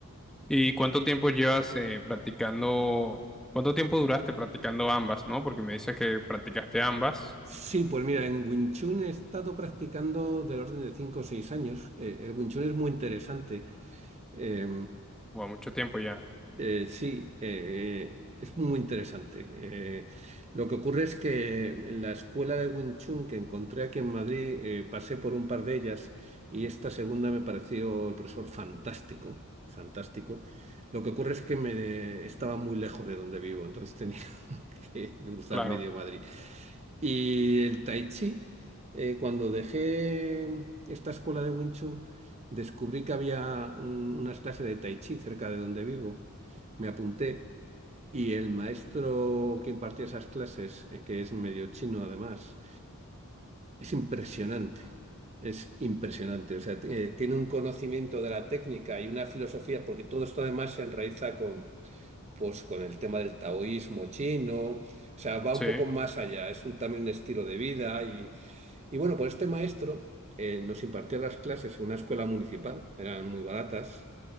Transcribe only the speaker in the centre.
¿Y cuánto tiempo llevas eh, practicando, cuánto tiempo duraste practicando ambas, ¿no? Porque me dices que practicaste ambas,
o mucho tiempo ya,
claro,
sí,